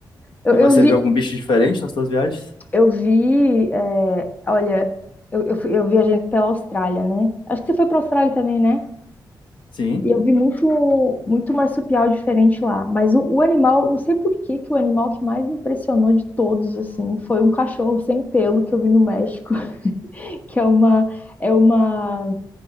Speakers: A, on the left; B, on the left.
A: Eu,
B: E você
A: eu vi,
B: viu algum bicho diferente nas suas viagens?
A: eu vi, é, olha, eu, eu, fui- eu viajei pela Austrália, né? Acho que você foi pra Austrália também, né?
B: Sim?
A: E eu vi muito, muito marsupial diferente lá. Mas o, o animal, não sei por que que o animal que mais me impressionou de todos, assim, foi um cachorro sem pelo que eu vi no México, <laughs> que é uma, é uma